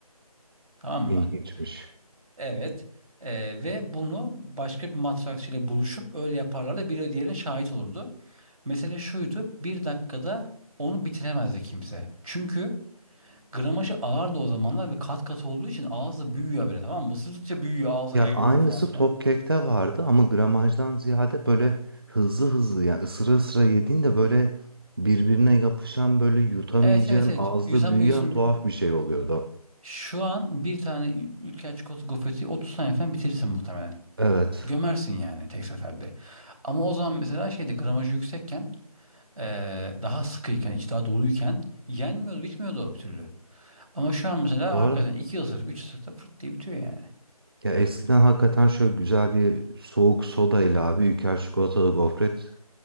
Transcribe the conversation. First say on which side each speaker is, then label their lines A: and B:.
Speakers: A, on the right; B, on the right.
A: Tamam
B: ilginçmiş.
A: mı? Evet. Ee, ve bunu başka bir matrakçıyla buluşup öyle yaparlarla biri diğerine şahit olurdu. Mesele şuydu. Bir dakikada onu bitiremezdi kimse. Çünkü gramajı ağırdı o zamanlar ve kat kat olduğu için ağızda büyüyor böyle tamam mı? Isırdıkça büyüyor ağza
B: Ya
A: yayılıyor
B: aynısı
A: falan filan.
B: Topcake'te vardı ama gramajdan ziyade böyle hızlı hızlı ya ısıra ısıra yediğin de böyle birbirine yapışan böyle yutamayacağın
A: Evet evet evet.
B: ağızda
A: Yutamıyorsun.
B: büyüyen tuhaf
A: bir-
B: bir şey oluyordu.
A: Şu an bir tane ü- ülker çikolata gofreti 30 saniye falan bitirirsin muhtemelen.
B: Evet.
A: Gömersin yani tek seferde. Ama o zaman mesela şeydi gramajı yüksekken Ee, daha sıkıyken, içi daha doluyken yenmiyordu, bitmiyordu o bir türlü. Ama şu an mesela
B: Doğru.
A: hakikaten iki ısırık, üç ısırıkta fırt diye bitiyor yani.
B: Ya eskiden hakikaten şöyle güzel bir soğuk soda ile abi Ülker çikolatalı gofret